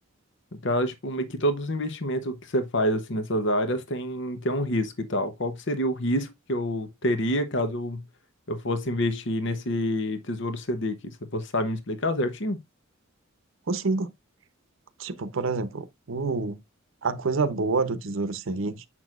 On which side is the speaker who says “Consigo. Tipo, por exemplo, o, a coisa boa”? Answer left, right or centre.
Right